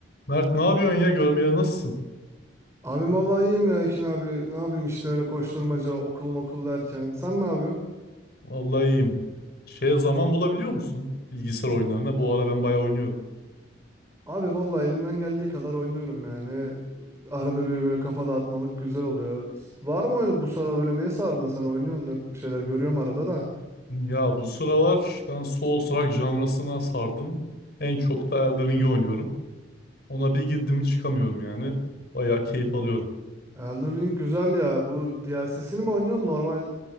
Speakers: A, on the left (about 60°); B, on the right (about 15°).
A: Mert ne yapıyorsun ya? Görmeyeli nasılsın?
B: Abim vallahi iyiyim ya Ekin abi. Ne yapayım işte öyle koşturmaca okul mokul derken. Sen ne yapıyorsun?
A: Vallahi iyiyim. Şeye zaman bulabiliyor musun? Bilgisayar oyunlarına. Bu ara ben bayağı oynuyorum.
B: Abi vallahi elimden geldiği kadar oynuyorum yani. Arada bir böyle kafa dağıtmalık güzel oluyor. Var mı oyun bu sıra böyle neye sardın sen oynuyorsun da hep bir şeyler görüyorum arada da.
A: Ya bu sıralar ben Souls-like janrasına sardım. En çok da Elden Ring'i oynuyorum. Ona bir girdim mi çıkamıyorum yani. Bayağı keyif alıyorum.
B: Elden Ring güzel ya. Bu DLC'sini mi oynuyorsun normal